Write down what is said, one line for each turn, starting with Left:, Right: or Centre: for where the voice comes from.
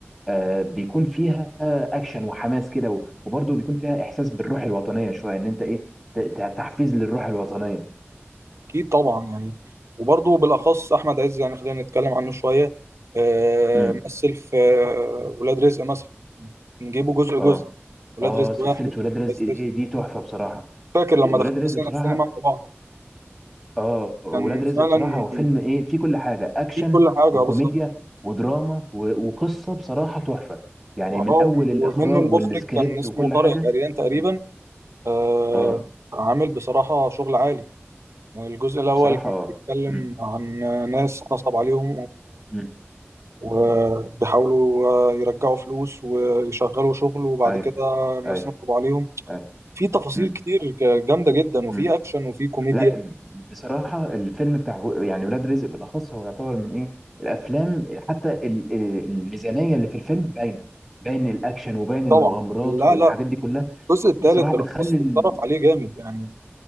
Centre: آه، بيكون فيها اكشن وحماس كده و- وبرضه بيكون فيها احساس بالروح الوطنيه شويه ان انت ايه ت- ت- تحفيز للروح الوطنيه
Right: اكيد طبعا يعني وبرضه بالاخص احمد عز يعني خلينا نتكلم عنه شويه آه،
Centre: امم
Right: مثل في آه، ولاد رزق مثلا نجيبه جزء جزء
Centre: اه
Right: ولاد
Centre: اه
Right: رزق
Centre: سلسله
Right: واحد
Centre: ولاد
Right: ولاد
Centre: رزق
Right: رزق
Centre: ايه دي
Right: اتنين
Centre: تحفه بصراحه
Right: فاكر لما
Centre: ولاد
Right: دخلنا
Centre: رزق
Right: سينما
Centre: بصراحه
Right: السينما مع بعض
Centre: اه ولاد
Right: كان
Centre: رزق
Right: فعلا
Centre: بصراحة
Right: من-
Centre: هو فيلم ايه فيه كل حاجة اكشن
Right: فيه كل حاجه
Centre: وكوميديا
Right: بالظبط
Centre: ودراما و- وقصة بصراحة تحفة يعني
Right: واه
Centre: من اول الاخراج
Right: ومنه المخرج
Centre: والسكريبت
Right: كان اسمه
Centre: وكل
Right: طارق
Centre: حاجة
Right: العريان تقريبا
Centre: مم.
Right: آه،
Centre: اه
Right: عامل بصراحه شغل عالي يعني الجزء الاول
Centre: بصراحة
Right: كان
Centre: اه
Right: بيتكلم
Centre: مم.
Right: عن ناس نصب عليهم
Centre: مم.
Right: وبيحاولوا
Centre: مم.
Right: آه، يرجعوا فلوس ويشغلوا شغل وبعد
Centre: ايوه
Right: كده الناس
Centre: ايوه
Right: نصب عليهم
Centre: ايوه
Right: في تفاصيل
Centre: مم.
Right: كتير ج- جامدة جدا وفي
Centre: مم.
Right: أكشن وفي كوميديا
Centre: لا بصراحة الفيلم بتاع و- يعني ولاد رزق بالاخص هو يعتبر من ايه الافلام حتى ال- ال- الميزانية اللي في الفيلم باينة باين الاكشن وباين المغامرات
Right: طبعا لا
Centre: والحاجات
Right: لا
Centre: دي كلها
Right: الجزء الثالث
Centre: بصراحة
Right: بالأخص
Centre: بتخلي ال...
Right: اتصرف عليه جامد يعني